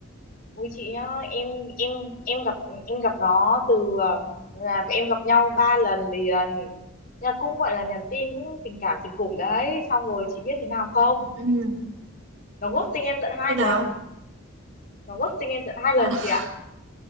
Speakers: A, on the left; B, on the right.
A: ui chị nhá em em em gặp em gặp nó từ ờ, là em gặp nhau ba lần liền là cũng gọi là nhắn tin cũng tình cảm tình cùng đấy xong rồi chị biết thế nào không
B: Ừ.
A: nó ghosting em tận hai
B: Như
A: lần
B: nào?
A: nó ghosting em tận hai lần
B: À,
A: chị
B: <laughs>
A: ạ